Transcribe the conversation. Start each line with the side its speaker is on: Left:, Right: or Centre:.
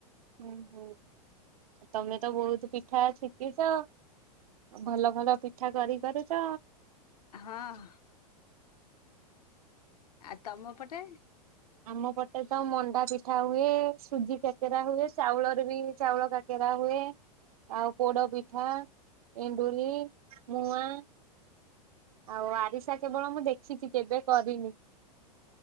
Right: ହୁଁ ହୁଁ ତମେ ତ ବହୁତ ପିଠା ଶିଖିଚ। ଭଲ ଭଲ ପିଠା କରି ପାରୁଚ
Left: ହଁ ଆଉ ତମ ପଟେ?
Right: ଆମ ପଟେ ତ ମଣ୍ଡା ପିଠା ହୁଏ ସୁଜି କାକେରା ହୁଏ ଚାଉଳରେ ବି ଚାଉଳ କାକ କେରା ହୁଏ ଆଉ ପୋଡପିଠା, ଏଣ୍ଡୁରି, ମୁଆଁ ଆଉ ଆରିସା କେବଳ ମୁଁ ଦେଖିଛି କେବେ କରିନି।